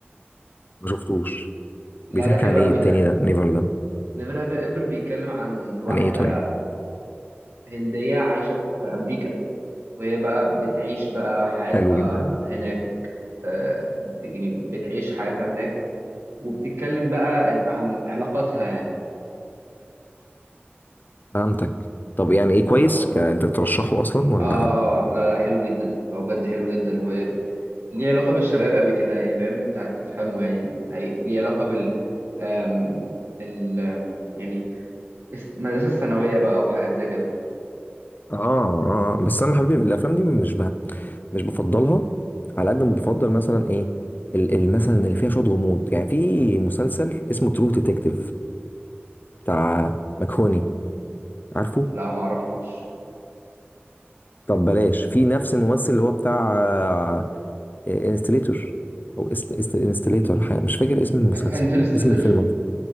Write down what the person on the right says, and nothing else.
لا
ده حلو
قوي
ده
نيفر هاف ايفر بيتكلم عن واحده
هنديه عايشه في امريكا وهي بقى بتعيش بقى حياتها
هناك آه، يعني بتعيش حياتها هناك وبتتكلم بقى عن علاقاتها يعني
اه
اه
اه لا لا حلو جدا هو بجد حلو جدا وليه علاقة بالشباب قوي كده يعني فاهم انت هتفهمه يعني هي ليه علاقة بال آم... ال آم، يعني الس- المدرسة الثانوية بقى وحاجات زي كده
لا ما اعرفوش
انترستيلر